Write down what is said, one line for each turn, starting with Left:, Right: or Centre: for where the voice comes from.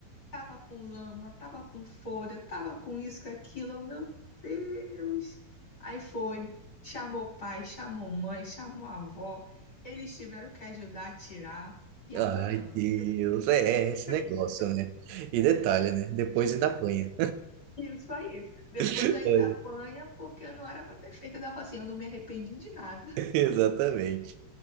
Left: Tava com lama, tava com folha, tava com isso, com aquilo. Eu, meu Deus! Aí foi, chamou pai, chamou mãe, chamou avó. Eles tiveram que ajudar a tirar e apanhando.
Right: Ai, Deus. É, é esse
Left: <laughs>
Right: negócio, né? E detalhe, né? Depois ainda apanha.
Left: Isso aí. Depois
Right: <laughs>
Left: ainda apanha porque não era pra ter feito. Ainda fala assim, eu não me arrependi de nada.
Right: Exatamente.